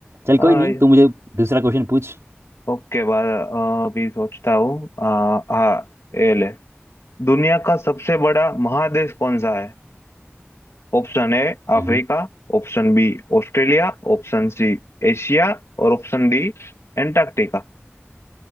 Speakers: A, on the right; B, on the left.
A: चल
B: हाँ
A: कोई नहीं तू मुझे दूसरा क्वेश्चन पूछ
B: ओके बार अभी सोचता हूँ हाँ हाँ, ये ले दुनिया का सबसे बड़ा महादेश कौन सा है Option A
A: हम्म।
B: Africa option B Australia option C Asia और ऑप्शन डी एंटार्क्टिका